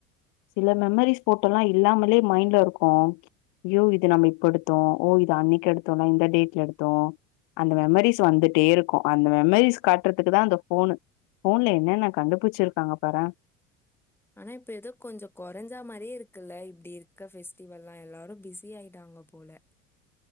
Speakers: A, on the left; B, in the centre.
A: சில மெமரிஸ் ஃபோட்டோலா இல்லாமலே மைண்ட்ல இருக்கு யோ இது நம்ம இப்ப எடுத்தோ ஓ இது அன்னைக்கு எடுத்தோல்ல இந்த டேட்ல எடுத்தோ அந்த மெமரிஸ் வந்துட்டே இருக்கு அந்த மெமரிஸ் காட்றதுக்கு தா அந்த ஃபோனு ஃபோன்ல என்னன்ன கண்டு புச்சிருக்காங்க பாரே
B: ஆனா இப்ப ஏதோ கொஞ்ச கொறஞ்சா மாரியே இருக்குல்ல இப்டி இருக்க ஃபெஸ்டிவெல்லா எல்லாரு பிஸி ஆயிட்டாங்க போல